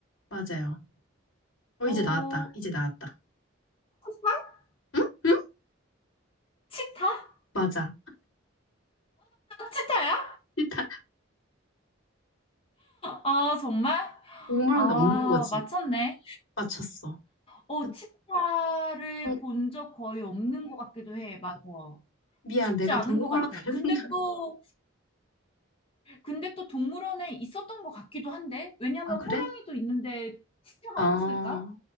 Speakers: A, on the left (about 80°); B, on the left (about 30°).
A: 맞아요. 어,
B: 어,
A: 이제 나왔다. 이제 나왔다.
B: 치타?
A: 응? 응?
B: 치타?
A: 맞아.
B: 치타야?
A: 일단
B: 아, 정말?
A: 동물원에
B: 아,
A: 없는 거지.
B: 맞췄네.
A: 맞췄어.
B: 어,
A: 근데
B: 치타를
A: 동-
B: 본 적 거의 없는 것 같기도 해. 맞아.
A: 미안,
B: 쉽지
A: 내가
B: 않은
A: 동물원을
B: 것 같아.
A: <laughs>
B: 근데
A: 생각.
B: 또, 근데 또 동물원에 있었던 것 같기도 한데? 왜냐면
A: 아, 그래?
B: 호랑이도 있는데 치타가
A: 아,
B: 없을까?